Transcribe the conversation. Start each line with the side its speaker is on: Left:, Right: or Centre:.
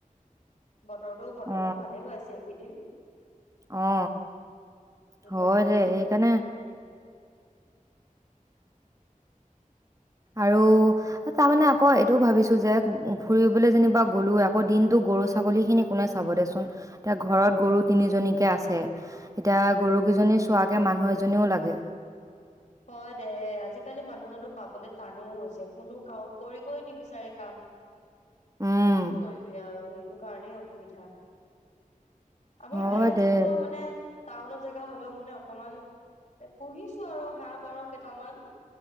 Left: বতৰতো বৰ্তমান
Right: অ
Left: ভালে হৈ আছে। কেইদিন।
Right: অ,
Left: ৰ'দ
Right: হয়
Left: দিয়া নাই
Right: দে
Left: ইমান
Right: সেইকাৰণে আৰু তাৰমানে আকৌ এইটোও ভাবিছো যে ফুৰিবলৈ যেনিবা গ'লো আকৌ দিনটো গৰু ছাগলী খিনি কোনে চাব দেচোন এতিয়া ঘৰত গৰু তিনিজনীকে
Left: উম
Right: আছে, এতিয়া
Left: উম
Right: গৰুকেইজনী চোৱাকে মানুহ এজ জনীও লাগে।
Left: হয় দে আজিকালি মানুহ জনো পাবলৈ টানেই হৈছে কোনো কাৰো কৰিবই নিবিচাৰে কাম।
Right: উম
Left: কি কৰিবি আৰু সেই সেইটো কাৰণেই অসুবিধা। আমাৰো
Right: হয়
Left: ইয়াত
Right: দে
Left: যেনিবা মানে টাউনৰ জেগা হ'লেও মানে অকমান পুহিছো আৰু হাঁহ, পাৰ কেইটামান।